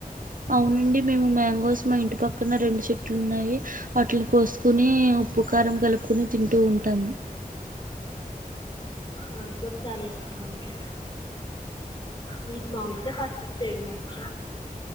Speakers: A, on the right (about 65°); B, on the left (about 30°).
A: అవునండి మేము మ్యాంగోస్ మా ఇంటి పక్కన రెండు చెట్లు ఉన్నాయి వటిని కోసు కొని ఉప్పుకారం కలిపు కుని తింటూ ఉంటాము
B: నాది కూడా చాలా ఇష్టం అండి నీకు మామిడికాయ పచ్చడ చేయడం వచ్చ